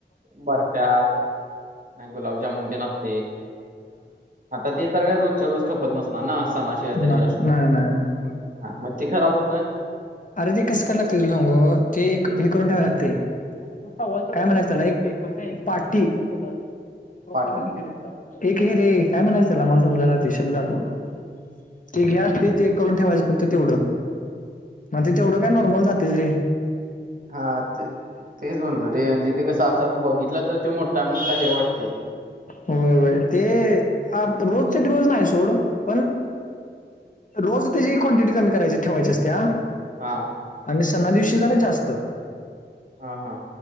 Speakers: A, on the right (about 50°); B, on the left (about 45°).
A: बर्फा. नाही गुलाबजामन ते नसते आता ते तर काय रोजच्या रोज खपत नसते. ना ना सणाशिवाय
B: ना-
A: तरी जास्त
B: नाही नाही नाही.
A: हा मग ती खराब होत ना
B: अरे ते कस कय लागतय तुझं सांग ते एक हे करून ठेवाव लागते <unintelligible> काय म्हणायचं त्याला एक पाटी <unintelligible>
A: फाटी
B: एक हे रे काय म्हणायचं त्याला मला समज ना ते शब्द आठवेना ते हे असतं ते करून ठेवायचं फक्त तेवढं म्हणजे तेवढं काय नॉर्मल जाते रे
A: हा तेच म्हणलो रे म्हणजे ते कसं बघितलं तर तो मोठा मोठा हे वाटते.
B: होय ते अप्रोड रोज नाही. सोड पण रोज त्याची क्वांटिटी कमी करायची ठेवायची असत्या.
A: हा
B: आणि सणा दिवशी जरा जास्त
A: हा. हा.